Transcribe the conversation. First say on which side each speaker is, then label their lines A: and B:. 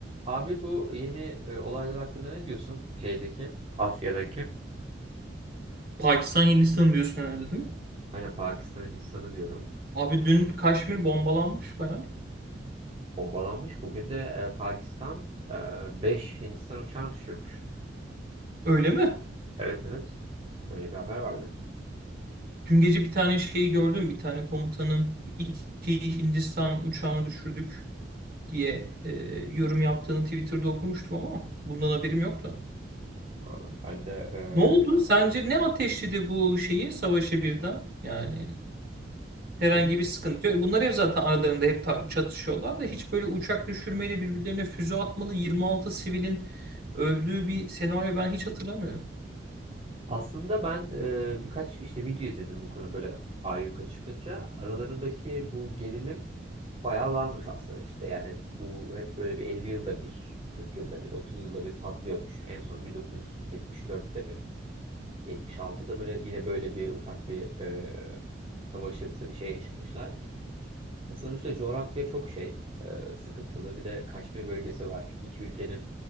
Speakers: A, on the right; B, on the right.
A: Abi bu yeni e, olaylar hakkında ne diyorsun şeydeki Asya'daki?
B: Pakistan Hindistan diyorsun herhalde değil mi?
A: Aynen Pakistan Hindistan'ı diyorum.
B: Abi dün Kaşmir bombalanmış baya.
A: Bombalanmış. Bugün de e, Pakistan e, 5 Hindistan uçağını düşürmüş.
B: Öyle mi?
A: Evet evet. Böyle bir haber vardı.
B: Dün gece bir tane şeyi gördüm. Bir tane komutanın iki Hindistan uçağını düşürdük diye e, yorum yaptığını Twitter'da okumuştum ama bundan haberim yoktu.
A: Aa, Ben de e,
B: Ne oldu?
A: sa-
B: Sence ne ateşledi bu şeyi savaşı birden? Yani herhangi
A: E, bir
B: bir sıkıntı yok. Bunlar hep zaten aralarında hep ta- çatışıyorlar da hiç böyle uçak düşürmeyle birbirlerine füze atmalı 26 sivilin öldüğü bir senaryo ben hiç hatırlamıyorum.
A: Aslında ben e, birkaç işte video izledim bu konu böyle ayyuka çıkınca. Aralarındaki bu gerilim bayağı varmış aslında işte. Yani bu hep böyle bir 50 yılda bir, 40 yılda bir, 30 yılda bir patlıyormuş. En son 1974'te mi? 76'da böyle yine böyle bir ufak bir e, savaşımsı bir şey yaşamışlar. E, sonuçta coğrafya çok şey e, sıkıntılı. Bir de Kaşmir bölgesi var. İki ülkenin